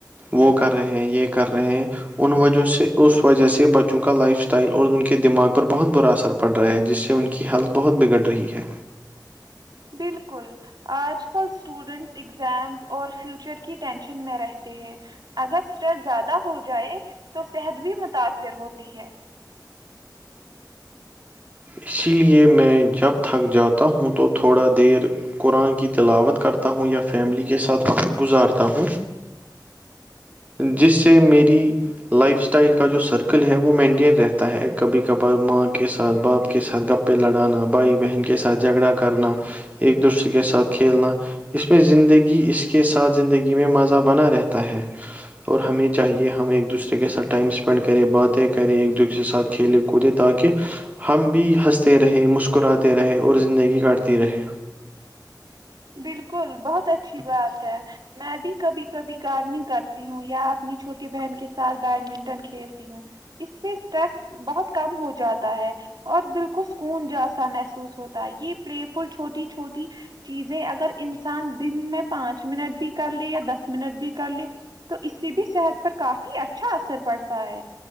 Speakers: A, on the right (about 20°); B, on the right (about 65°).
A: وہ کر رہے ہیں یہ کر رہے ہیں ان وجہ سے اس وجہ سے بچوں کا لائف اسٹائل اور ان کے دماغ پر بہت برا ار پڑ پڑ رہا ہے جس سے ان کی ہیلتھ بہت بگڑ رہی ہے
B: بالکل آج کل اسٹوڈینٹس اگزامس اور فیوچر کی ٹینشن میں رہتے ہیں اگر اسٹریس زیادہ ہو جائے تو صحت بھی متاثر ہوتی ہے
A: اسی لیے میں جب تھک جاتا ہوں تو تھوڑا دیر قرآن کی تلاوت کرتا ہوں یا فیملی کے ساتھ وقت گزارتا ہوں جس سے میری لائف اسٹائل کا جو سرکل ہے وہ مینٹین رہتا ہے کبھی کبھار ماں کے ساتھ باپ کے ساتھ گپے لڑانا بھائی بہن کے ساتھ جھگڑا کرنا ایک دوسرے کے ساتھ کھیلنا اس میں زندگی اس کے ساتھ زندگی میں مزہ بنا رہتا ہے اور ہمیں چاہیے ہم ایک دوسرے کے ساتھ ٹائم اسپینڈ کریں باتیں کریں ایک دوسرے کے ساتھ کھیلے کودے تاکہ ہم بھی ہنستے رہے مسکراتے رہے اور زندگی کاٹتی رہے
B: بالکل بہت اچھی بات ہے میں بھی کبھی کبھی گارڈنگ کر ہوں یا اپنی چوٹی بہن کے ساتھ بیڈمنٹن کھیلتی ہوں اس سے اسٹریس بہت کم ہو جاتا ہے اور دل کو سکون جاسا محسوس ہوتا ہے یہ پلے فل چھوٹی چھوٹی چیز اگر انسان دن میں پانچ منٹ بھی کر لے یا دس منٹ بھی کر لے تو اس سے بھی صحت پر کافی اچھا اثر پڑتا ہے